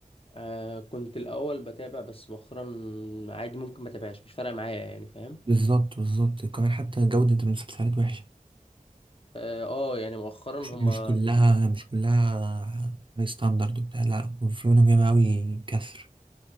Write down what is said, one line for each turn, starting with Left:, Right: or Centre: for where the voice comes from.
Left: آه كنت الأول بتابع بس مؤخرا عادي ممكن ما تابعش مش فارقة معايا يعني فاهم
Right: بالظبط بالظبط كمان حتى جوده المسلسلات وحشه
Left: اه آه، يعني مؤخرا هما
Right: مش مش كلها
Left: بي...
Right: مش كلها هاي ستاندرد وبتاع لا وفي منهم ياما أوي كسر